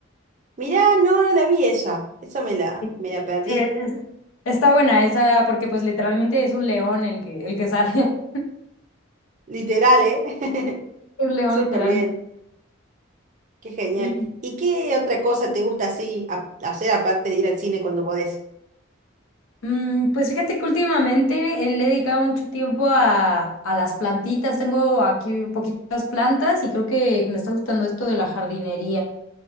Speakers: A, on the right; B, on the left.
A: Mirá, no, no la vi esa. Esa me la,
B: Sí,
A: me la perdí.
B: Sí, es- está buena esa, porque pues literalmente es un león el que, el que sale. <laughs>
A: Literal, ¿eh? <laughs>
B: Un león
A: Súper
B: literalmente.
A: bien. Qué genial.
B: Y,
A: ¿Y qué otra cosa te gusta así a- hacer aparte de ir al cine cuando podés?
B: mm, pues fíjate que últimamente eh, le he dedicado mucho tiempo a, a las plantitas. Tengo aquí poquitas plantas y creo que me está gustando esto de la jardinería.